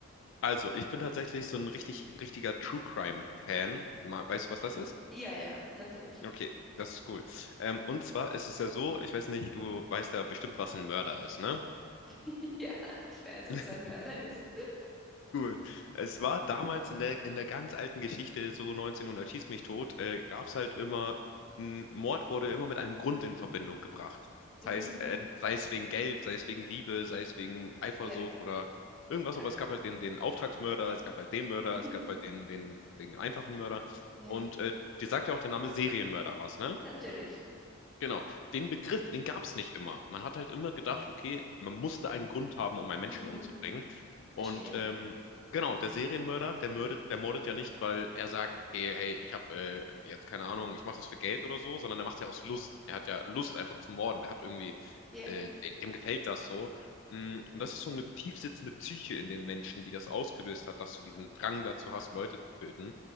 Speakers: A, on the left; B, in the centre.
A: Also, ich bin tatsächlich so ein richtig richtiger True-Crime-Fan. Ma weißt
B: Okay.
A: du, was das ist?
B: Ja, ja, natürlich.
A: Okay, das ist cool. Ähm, und zwar ist es ja so, ich weiß nicht, du weißt ja bestimmt, was ein Mörder ist, ne?
B: <laughs> Ja, ich weiß,
A: <laughs>
B: was ein Mörder ist.
A: Cool. Es war damals in der, in der ganz alten Geschichte, so 1900 schieß mich tot, äh, gab es halt immer, ein Mord wurde immer mit einem Grund in Verbindung gebracht.
B: Mhm.
A: Das heißt, äh, sei es wegen Geld, sei es wegen Liebe, sei es wegen Eifersucht
B: Ja,
A: oder irgendwas,
B: Sa-
A: aber es gab halt den, den Auftragsmörder, es gab halt den Mörder,
B: mhm.
A: es gab halt den, den, den einfachen Mörder.
B: Ja,
A: Und äh, dir sagt ja auch der Name Serienmörder was, ne?
B: natürlich.
A: Genau, den Begriff, den gab es nicht immer. Man hat halt immer gedacht, okay, man musste einen Grund haben, um einen Menschen
B: Mhm.
A: umzubringen. Und
B: Verstehe.
A: ähm, genau, der Serienmörder, der mördet, der mordet ja nicht, weil er sagt, okay, hey, ich habe äh, jetzt keine Ahnung, ich mache das für Geld oder so, sondern er macht ja aus Lust. Der hat ja Lust einfach zu morden. Der hat irgendwie,
B: Ja.
A: äh, dem, dem gefällt das so. Mm, Und das ist so eine tiefsitzende Psyche in den Menschen, die das ausgelöst hat, dass du diesen Drang dazu hast, Leute zu töten.